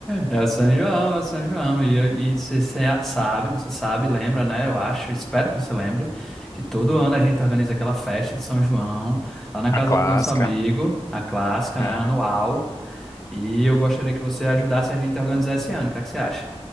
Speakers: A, in the centre; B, on the left (about 30°).
A: É o São João, é o São João. E, eu- e você você sabe, você sabe, lembra, né? Eu acho, espero que você lembre, que todo ano a gente organiza aquela festa de São João lá na casa
B: A clássica.
A: do nosso amigo, a clássica,
B: É,
A: né? Anual. E eu gostaria que você ajudasse a gente a organizar esse ano. O que é que você acha?